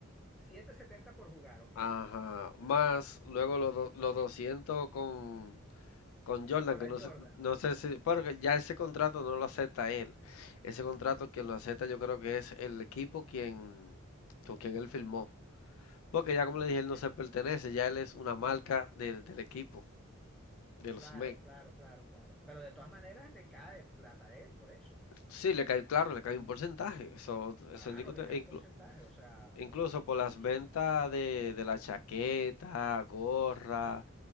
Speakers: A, in the centre; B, on the left.
A: setecientos setenta por jugar, ok.
B: ajá. Más luego los, do- los 200 con, con Jordan,
A: Con
B: que
A: la
B: no
A: Jordan.
B: sé, no sé si, porque ya ese contrato no lo acepta él. Ese contrato quien lo acepta yo creo que es el equipo quien, con quien él firmó. Porque ya como le dije, él
A: Eh,
B: no se pertenece, ya él es una marca de- del equipo, de
A: claro,
B: los Mets.
A: claro, claro, claro. Pero de todas maneras le cae plata a él, por eso.
B: Sí, le cae, claro, le cae un porcentaje. Eso,
A: Claro,
B: eso indiscute-
A: le cae
B: e
A: un
B: inclu-
A: porcentaje, o sea,
B: incluso
A: eh,
B: por
A: que
B: las
A: sí,
B: ventas de, de la chaqueta, gorra,